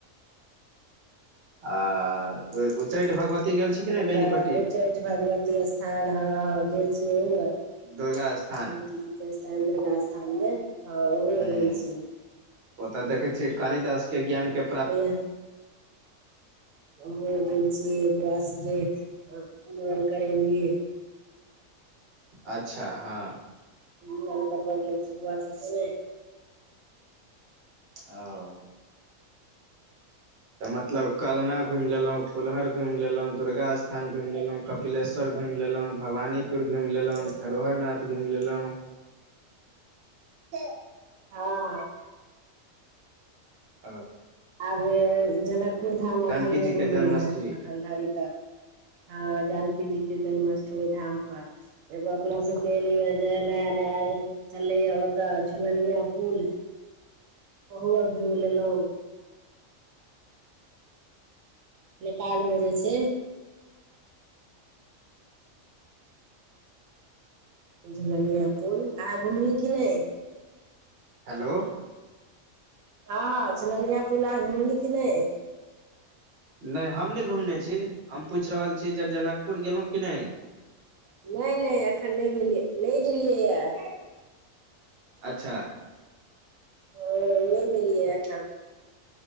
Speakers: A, on the right; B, on the right.
A: आ उ - उच्चैठ भगवती गेल छी
B: ओकर
A: कि नय बेनीपट्टी
B: बाद उच्चैठ भगवती स्थान हँ हँ गेल घिये अ
A: दुर्गा स्थान
B: भगवती जी केँ <unintelligible> दुर्गा स्थान मे हँ ओहुए
A: हुँ
B: गेल छी
A: ओतऽ देखै छियै कालिदास केँ ज्ञान केँ
B: ओहि ये ओम्हरो गेल छी बौआ सबके मूड़न करेलि
A: अच्छा हँ
B: मुड़न करबऽ गेल छी बुआ सबके नय
A: ओ तऽ मतलब कलना घुइम लेलहुँ फुलहर घुइम लेलहुँ दुर्गा स्थान घुइम लेलहुँ कपिलेश्वर घुइम लेलहुँ भवानीपुर घुइम लेलहुँ
B: हूँ
A: धरोहरनाथ घुइम लेलहुँ
B: हँ हँ
A: ओ
B: आब जनकपुर धाम
A: जानकी
B: अखन नय
A: जी के
B: घुमलहु
A: जन्मस्थली
B: हे अखन धरि तक हँ जानकी जी केँ जन्माष्टमी धाम पर एगो अपना सब केँ एलैय जे नया नया चलले यऽ ओतऽ झूलनिया पुल ओहो अर घुइम लेलहुँ नेपाल मे जे छै झुलनिया पुल अहाँ घुमली की नै
A: हेलो
B: हँ झुलनिया पुला अहाँ घुमली की नै
A: नय हम नय घुमने छी हम पूछि रहल छी जे जनकपुर गेलहुँ की नय
B: नय नय एखन नय गेलियै नय गेलियै यऽ
A: अच्छा
B: ओ नय गेलियै एखन